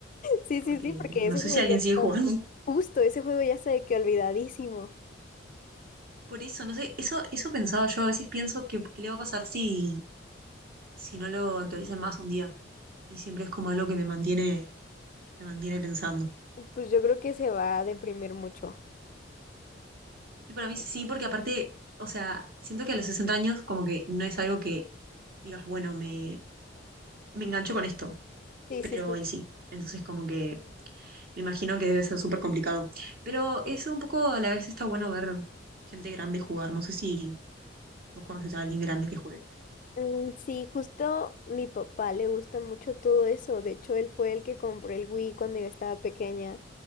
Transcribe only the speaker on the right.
porque
no
sé
si alguien
sigue
<laughs> jugando.
Por eso, no sé, eso, eso pensaba yo, a veces pienso que qué le va a pasar si, si no lo actualizan más un día. Y siempre es como algo que me mantiene, me mantiene pensando.
Y para mí sí, porque aparte, o sea, siento que a los 60 años como que no es algo que digas, bueno, me, me engancho con esto,
pero
él sí. Entonces como que Me imagino que debe ser súper complicado. Pero eso un poco a la vez está bueno ver gente grande jugar. No sé si vos conoces a alguien grande que juegue.